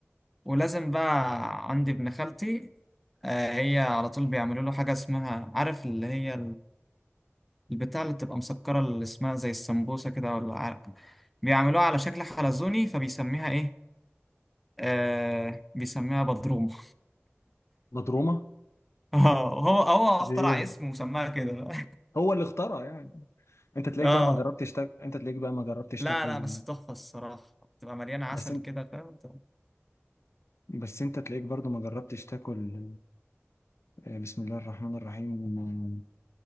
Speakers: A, in the centre; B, on the left.
A: ولازم بقى عندي ابن خالتي آه، هي على طول بيعملوا له حاجة اسمها عارف اللي هي البتاع اللي بتبقى مسكرة اللي اسمها زي السمبوسة كده ولا عرق بيعملوها على شكل حلزوني فبيسميها ايه آه بيسميها بدرومة <laughs>
B: مضرومه
A: اه هو هو اخترع
B: دي إيه؟
A: اسم وسماها كده <laughs> بقى.
B: هو اللي اخترع يعني انت تلاقيك
A: اه
B: بقى ما جربتش تاكل انت تلاقيك بقى ما جربتش
A: لا
B: تاكل
A: لا بس تحفة الصراحة بتبقى مليانة عسل
B: بس انت
A: كده فاهم
B: بس انت تلاقيك برضو ما جربتش تاكل آه، بسم الله الرحمن الرحيم آه،